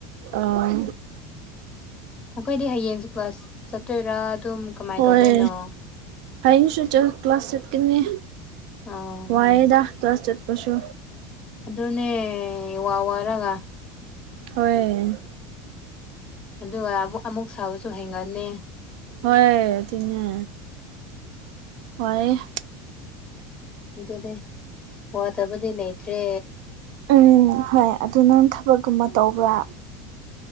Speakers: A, on the right (about 65°); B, on the left (about 30°).
A: ꯑꯥ
B: ꯃꯈꯣꯏꯗꯤ ꯍꯌꯦꯡꯁꯦ ꯀ꯭ꯂꯥꯁ ꯆꯠꯇꯣꯏꯔꯥ ꯑꯗꯨꯝ ꯀꯃꯥꯏ
A: ꯍꯣꯏ
B: ꯇꯧꯗꯣꯏꯅꯣ
A: ꯍꯌꯦꯡꯁꯨ ꯆꯜ ꯀ꯭ꯂꯥꯁ ꯆꯠꯀꯅꯤ
B: ꯑꯣ
A: ꯋꯥꯏꯋꯦꯗꯥ
B: ꯑꯣ
A: ꯀ꯭ꯂꯥꯁ ꯆꯠꯄꯁꯨ
B: ꯑꯗꯨꯅꯦ ꯋꯥ ꯋꯥꯔꯒ
A: ꯍꯣꯏ
B: ꯑꯗꯨꯒ ꯑꯃꯨ ꯑꯃꯨꯛ ꯁꯥꯎꯕꯁꯨ ꯍꯦꯟꯒꯠꯅꯤ
A: ꯍꯣꯏ ꯑꯗꯨꯅꯦ ꯋꯥꯌꯦ
B: ꯑꯗꯨꯅꯦ ꯋꯥꯗꯕꯗꯤ ꯂꯩꯇ꯭ꯔꯦ
A: ꯎꯝ ꯍꯣꯏ ꯑꯗꯨ ꯅꯪ ꯊꯕꯛꯀꯨꯝꯕ ꯇꯧꯕ꯭ꯔꯥ